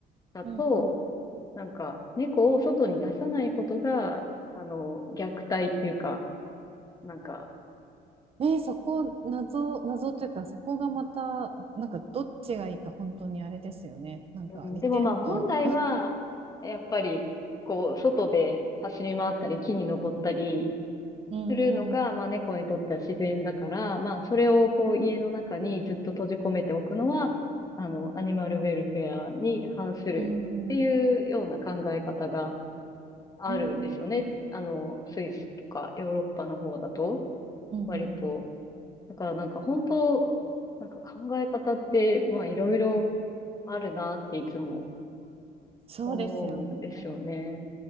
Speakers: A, on the left; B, on the right.
A: だと、
B: うんうん
A: なんか猫を外に出さないことが、あの、虐待っていうか、なんか、
B: ね、そこ、謎、謎というか、そこがまた、なんか、どっちがいいか、本当にあれですよね。なんか、
A: うん、
B: 利点と、
A: でもまあ本来は、やっぱり、こう、外で走り回ったり、木に登ったり
B: うーん、
A: するのが、
B: う
A: まあ猫にとっては自然だから、まあそれをこう家の中にずっと閉じ込めておくのは、あの、アニマルウェルフェアに反するっていうような考え方が
B: ーん、
A: あるんですよね。
B: うーん、
A: あの、スイスとかヨーロッパの方だと、
B: うんうんうん
A: 割と。だからなんか本当、なんか考え方って、まあいろいろあるなっていつも
B: そうですよね。
A: 思うんですよね。